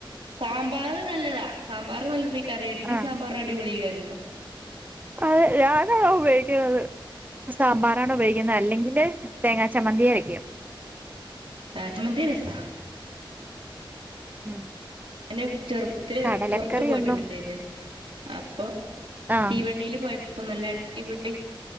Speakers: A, on the right; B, on the right.
A: സാമ്പാർ നല്ലതാ സാമ്പാർ നല്ലതായി കറി ഇഡ്ലി
B: ആഹ്
A: സാമ്പാറും അടിപൊളിയക്കാരല്ലോ
B: അതെ ഞാനതാ ഉപയോഗിക്ക്ണത് സാമ്പാറാണ് ഉപയോഗിക്കുന്നത് അല്ലെങ്കില് തേങ്ങാ ചമ്മന്തിയരക്കും
A: ആഹ് ചമ്മന്തി രസാ
B: ഉം
A: അയ്ന് ചെറ് ട്ത്ത്
B: കടലക്കറിയൊന്നും
A: പൊറത്ത് പോയിട്ട്ണ്ടായിന്ന് അപ്പൊ
B: ആഹ്
A: തീവണ്ടിയില് പോയ പ്പം നല്ല അടിപൊളി